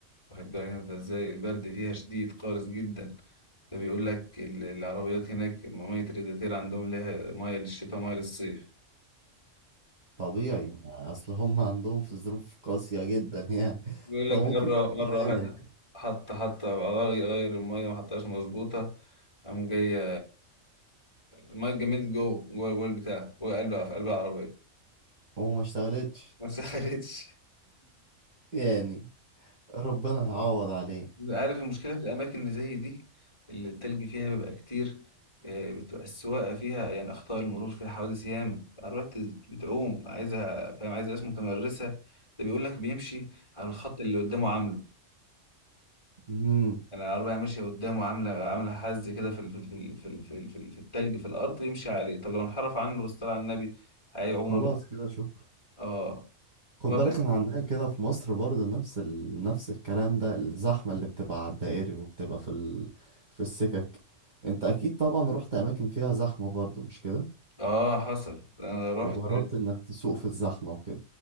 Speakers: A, on the left; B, on the right.
A: واخد بالك انت ازاي البرد فيها شديد قارس جدا ده بيقول لك ال- العربيات هناك مية الريداتير عندهم ليها مية للشتاء مية للصيف
B: طبيعي ما اصل هم عندهم في ظروف قاسيه جدا يعني <laughs>
A: بيقول لك
B: فممكن
A: مرة
B: يعملوا
A: مرة
B: حاجه
A: واحد
B: زي كده
A: حط حط غير غير المية ما حطهاش مظبوطة قام جاية المية اتجمدت جوه جوه جوه البتاع جوه قلب في قلب العربية
B: وما اشتغلتش
A: ما سخنتش
B: يعني ربنا هيعوض عليه
A: عارف المشكلة في الأماكن اللي زي دي اللي التلج فيها بيبقى كتير آه، بتبقى السواقة فيها يعني أخطاء المرور فيها حوادث ياما العربيات بتعوم عايزة فاهم عايزة ناس متمرسة ده بيقول لك بيمشي على الخط اللي قدامه عامله
B: امم
A: يعني العربية ماشية قدامه عاملة عاملة حز كده في ال- في ال- في ال- في ال- في ال- في التلج في الأرض يمشي عليه طب لو انحرف عنه واصطلع على النبي هيعوم
B: خلاص
A: بقى
B: كده شكرا
A: اه
B: خد
A: مرة
B: بالك انا عندنا كده في مصر برضه نفس ال... نفس الكلام ده الزحمه اللي بتبقى على الدائري وبتبقى في ال... في السكك انت اكيد طبعا رحت اماكن فيها زحمه برضه مش كده
A: اه حصل أنا رحت
B: وجربت انك تسوق في الزحمه وكده